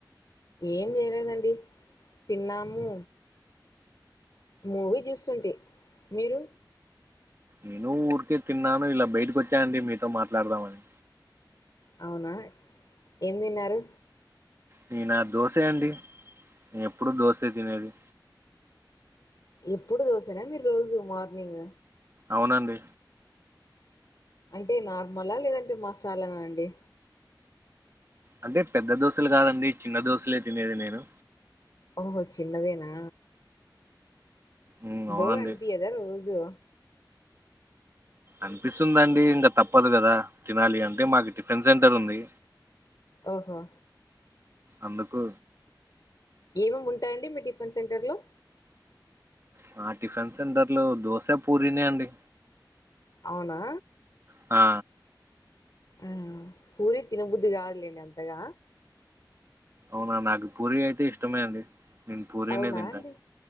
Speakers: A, on the left; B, on the right.
A: ఏం చేయలేదండి తిన్నాము మూవీ చూస్తుంటి మీరు
B: నేనూ ఊరికే తిన్నాను ఇలా బయటకు వచ్చా అండి మీతో మాట్లాడదామని
A: అవునా ఏం తిన్నారు
B: నేనా దోశ అండి నే ఎప్పుడూ దోశే తినేది
A: ఎప్పుడూ దోశెనా మీరు రోజూ మార్నింగ్
B: అవునండి
A: అంటే నార్మలా లేదంటే మసాలానా అండి
B: అంటే పెద్ద దోశలు కాదండి చిన్న దోశలే తినేది నేను
A: ఓహో చిన్నదేనా
B: ఉమ్
A: బోర్
B: అవునండి
A: అన్పియ్యదా రోజూ
B: అన్పిస్తుందండి ఇంక తప్పదు కదా తినాలి అంటే మాకు టిఫిన్ సెంటర్ ఉంది
A: ఓహో
B: అందుకు
A: ఏమేం ఉంటాయండి మీ టిఫన్ సెంటర్లో
B: మా టిఫన్ సెంటర్లో దోశ పూరినే అండి
A: అవునా
B: ఆ
A: ఆ పూరి తినబుద్ధి కాదులేండి అంతగా
B: అవునా నాకు పూరి అయితే ఇష్టమే అండి నేను పూరీనే
A: అవునా
B: తింటా
A: అండి